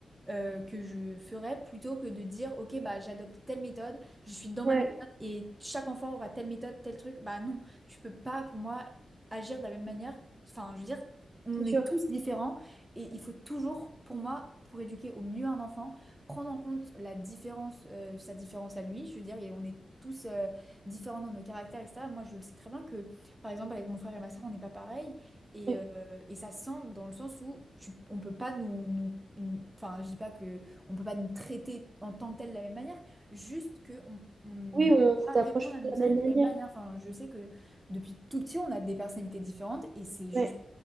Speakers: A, on the right; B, on the right.
A: euh, que je ferais plutôt que de dire, OK, bah, j'adopte telle méthode, je suis dans
B: ouais,
A: ma méthode et chaque enfant aura telle méthode, tel truc. Bah non, tu peux pas, pour moi, agir de la même manière. Enfin, je veux dire, on
B: c'est sûr.
A: est tous différents et il faut toujours, pour moi, pour éduquer au mieux un enfant, prendre en compte la différence, euh, sa différence à lui. Je veux dire, et on est tous euh, différents dans nos caractères, etc. Moi, je le sais très bien que, par exemple, avec mon frère et ma soeur, on n'est pas pareil. Et,
B: Ouais.
A: euh, et ça se sent dans le sens où tu, on peut pas nous, nous- nous- enfin, je dis pas que on peut pas nous traiter en tant que tel de la même manière, juste que on, on ne
B: Oui,
A: peut
B: on vous
A: pas répondre
B: approche de
A: à nos
B: la même
A: actes de
B: manière.
A: la même manière. Enfin, je sais que depuis tout petit, on a des personnalités différentes et c'est juste
B: Ouais,